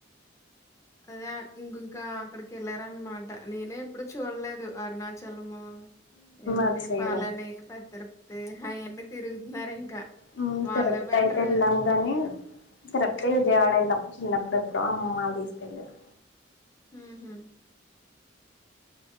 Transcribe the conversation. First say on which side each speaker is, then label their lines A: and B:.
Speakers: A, on the left; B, on the left.
A: అదే ఇంకంకా అక్కడికి వెళ్ళరా అన్నమాట నేనే ఎప్పుడు చూడలేదు అరుణాచలము ఏంటి
B: అది చేయడం
A: బాలనే పెద్దరి తె హై అంటే తిరుగుతున్నారు ఇంకా
B: హుమ్
A: వాళ్ళే
B: తిరుపతి
A: బెటర్
B: అయితే వెళ్ళాం గాని తిరుపతి విజయవాడ వెళ్ళాం చిన్నప్పుడెప్పుడో అమ్మమ్మళ్ళు తీసుకెళ్ళారు
A: హుమ్ హూ